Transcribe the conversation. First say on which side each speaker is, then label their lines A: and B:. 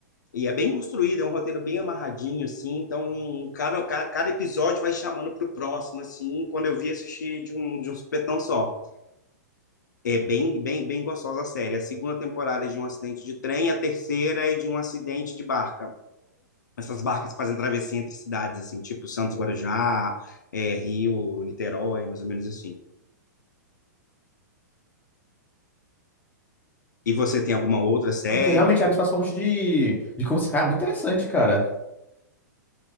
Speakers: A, on the left; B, on the left.
A: e é bem construído, é um roteiro bem amarradinho, assim. Então, cada, cada, episódio vai chamando pro próximo, assim. Quando eu vi, assistir de um, de um supetão só. É bem, bem, bem gostosa a série. A segunda temporada é de um acidente de trem, a terceira é de um acidente de barca. Essas barcas que fazem travessia entre cidades, assim, tipo Santos Guarujá, é, Rio, Niterói, mais ou menos assim. E você tem alguma outra série?
B: Porque realmente abre espaço pra um monte de, de como. Cara, é muito interessante, cara.